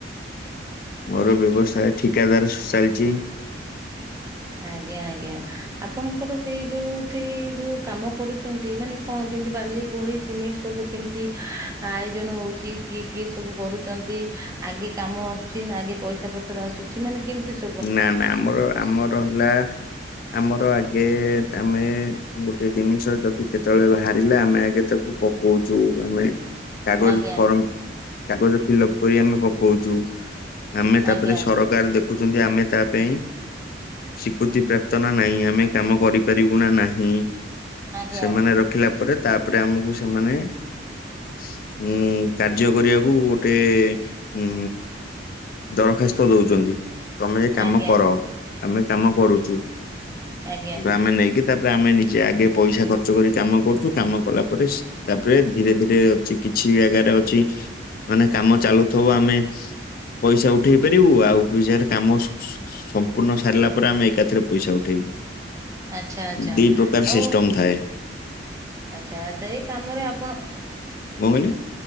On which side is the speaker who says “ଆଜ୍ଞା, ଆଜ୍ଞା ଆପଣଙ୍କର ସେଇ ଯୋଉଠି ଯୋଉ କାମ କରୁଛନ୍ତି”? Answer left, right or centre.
Right